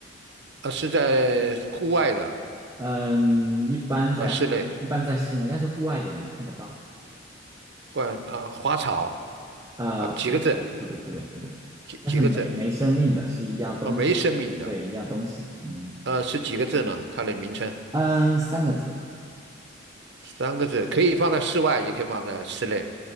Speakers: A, on the right (about 60°); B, on the right (about 15°).
A: 呃，是在户外的
B: 嗯，一般在一般在室内，
A: 和室内，
B: 但是户外也能看得到。
A: 换啊花草
B: 呃，
A: 啊几个字，
B: 不不不对不对不对，
A: 几几个字
B: 但是没没生命的是一样东西，
A: 啊没生命的
B: 对，一样东西。嗯
A: 呃是几个字呢？它的名称
B: 嗯，三个字。
A: 三个字，可以放在室外，也可以放在室内。